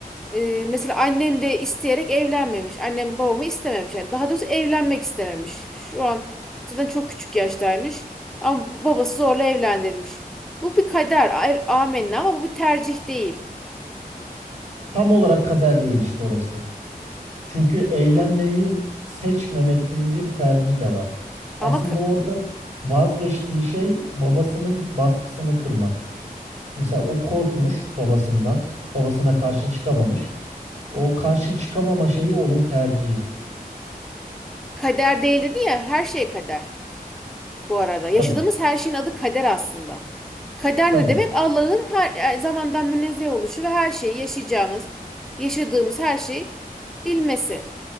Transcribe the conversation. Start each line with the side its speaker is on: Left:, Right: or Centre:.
Centre: Ee, mesela annem de isteyerek evlenmemiş. Annem babamı istememiş. Yani daha doğrusu evlenmek istememiş. Şu an zaten çok küçük yaştaymış. Ama babası zorla evlendirilmiş. Bu bir kader. a- Amenna ama bu bir tercih değil.
Right: Tam olarak kader değil işte orası. Çünkü eğlenmeyi
Centre: Ha-
Right: seçmemek gibi bir tercih de var. Aslında
Centre: ama ka-
Right: orada vazgeçtiği şey babasının baskısını kırmak. Mesela o korkmuş babasından. Babasına karşı çıkamamış. O karşı çıkamama şeyi onun tercihi.
Centre: kader değil dedi ya her şey kader bu arada. Yaşadığımız
Right: Tabii,
Centre: her şeyin adı kader aslında. Kader
Right: tabii.
Centre: ne demek? Allah'ın her e, zamandan münezzeh oluşu ve her şeyi yaşayacağımız, yaşadığımız her şeyi bilmesi.